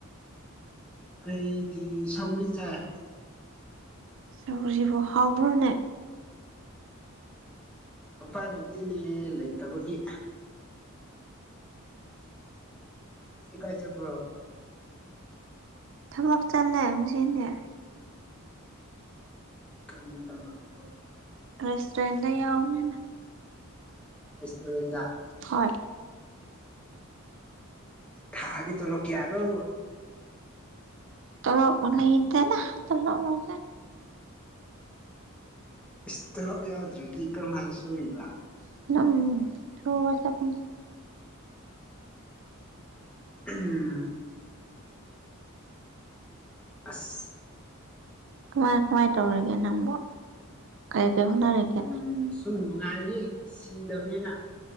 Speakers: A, in the centre; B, on the right.
A: ꯑꯩꯗꯤ ꯁꯧꯒ꯭ꯔꯤ ꯆꯥꯏ
B: ꯁꯧꯁꯤꯕꯨ ꯍꯥꯎꯕ꯭ꯔꯣꯅꯦ
A: ꯎꯄꯥꯏ ꯂꯩꯇꯦꯅꯦ ꯂꯩꯇꯕꯒꯤ ꯁꯤ ꯀꯥꯏ ꯆꯕ꯭ꯔꯣ
B: ꯊꯕꯛ ꯆꯜꯂꯦ ꯃꯁꯤꯗꯤ
A: ꯀꯔꯤ ꯊꯕꯒꯀꯣ
B: ꯔꯦꯁꯇꯣꯔꯦꯟꯗ ꯌꯥꯎꯕꯤꯅꯦ
A: ꯔꯁꯇꯨꯔꯦꯟꯗ
B: ꯍꯣꯏ
A: ꯊꯥꯒꯤ ꯇꯣꯂꯣꯞ ꯀꯌꯥꯅꯣ
B: ꯇꯂꯣꯞ <unintelligible>
A: ꯏꯁ ꯇꯂꯣꯞ ꯌꯥꯎꯗ꯭ꯔꯗꯤ ꯀꯔꯝꯍꯥꯏꯅ ꯁꯨꯔꯤꯕ
B: <unintelligible>
A: ꯎꯝ ꯑꯁ
B: ꯀꯃꯥꯏ ꯀꯃꯥꯏ ꯇꯧꯔꯤꯒꯦ ꯅꯪꯕ ꯀꯔꯤ ꯀꯔꯤ ꯍꯣꯠꯅꯔꯤꯒꯦ
A: ꯎꯝ ꯁꯨꯝ ꯅꯨꯡꯉꯥꯏꯌꯦ ꯁꯤꯗꯕꯅꯤꯅ